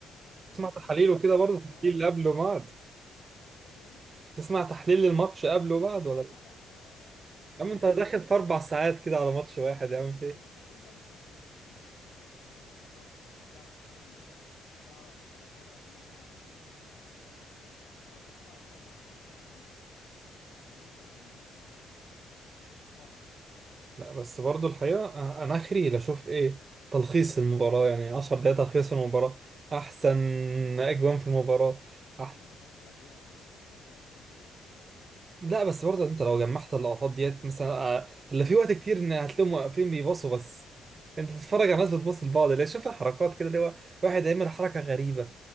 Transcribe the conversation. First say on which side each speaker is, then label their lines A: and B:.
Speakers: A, on the left; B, on the right.
A: دي بالنسبة
B: تحاليل
A: لهم
B: وكده برضه
A: كرة شراب
B: تحليل قبل وبعد
A: الايه
B: تسمع تحليل للماتش قبل وبعد ولا
A: اه طبعا اه آه، التحليل
B: يا عم انت
A: لا
B: داخل
A: بص
B: في اربع ساعات كده على ماتش واحد يا عم في
A: ما انت التحليل بقى بص انت بس التحليل بتاخد منه بس ايه مقتطفات كده عشان تعرف التشكيل تعرف آه، كده لكن انت بقى بس اه يا باشا انا عن نفسي مثلا ايه بظبط حلقه اول الماتش على طول اخش الدنيا تمام آه، اتفرج بقى
B: لا بس برضو الحقيقة أ- أنا آخري لأشوف إيه تلخيص المباراة يعني 10 دقايق تلخيص المباراة أحسن أجوان في المباراة
A: ما
B: أحسن
A: انت كده مش هتعيش الاجواء يعني ما انت كده كده بتعرف النتيجه من بعديها
B: لا بس
A: فاهم
B: برضو أنت لو جمعت اللقطات ديت مثلا آه، اللي في وقت كتير إن هتلاقيهم واقفين بيبصوا بس أنت بتتفرج على ناس بتبص لبعض اللي شايف الحركات كده اللي هو واحد عامل حركة غريبة